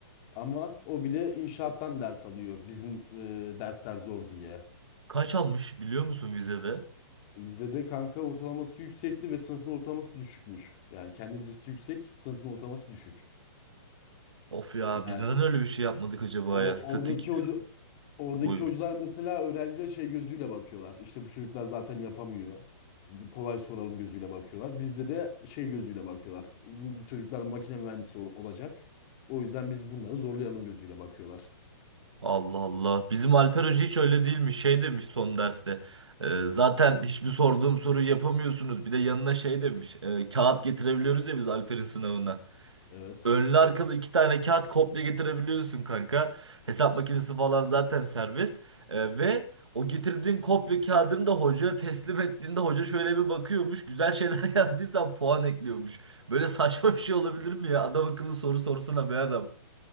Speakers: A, on the left (about 35°); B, on the right (about 90°).
A: Ama o bile inşaattan ders alıyor bizim e, dersler zor diye.
B: Kaç almış biliyor musun vizede?
A: Bizde de kanka ortalaması yüksekti ve sınıfın ortalaması düşükmüş. Yani kendi vizesi yüksek, sınıfın ortalaması düşük.
B: Of ya
A: Yani
B: biz neden öyle bir şey yapmadık acaba
A: o
B: ya? Statik
A: oradaki hoca oradaki
B: buyur.
A: hocalar mesela öğrencilere şey gözüyle bakıyorlar. İşte bu çocuklar zaten yapamıyor. Kolay soralım gözüyle bakıyorlar. Bizde de şey gözüyle bakıyorlar. Bu bu çocuklar makine mühendisi ol- olacak. O yüzden biz bunları zorlayalım gözüyle bakıyorlar.
B: Allah Allah. Bizim Alper Hoca hiç öyle değilmiş. Şey demiş son derste. "Ee, zaten hiçbir sorduğum soruyu yapamıyorsunuz. Bir de yanına şey demiş. "Ee, kağıt getirebiliyoruz ya biz Alper'in sınavına.
A: Evet.
B: Önlü arkalı iki tane kağıt kopya getirebiliyorsun kanka. Hesap makinesi falan zaten serbest. Ee, ve o getirdiğin kopya kağıdını da hocaya teslim ettiğinde hoca şöyle bir bakıyormuş. Güzel şeyler <laughs> yazdıysan puan ekliyormuş. Böyle saçma bir şey olabilir mi ya? Adam akıllı soru sorsana be adam.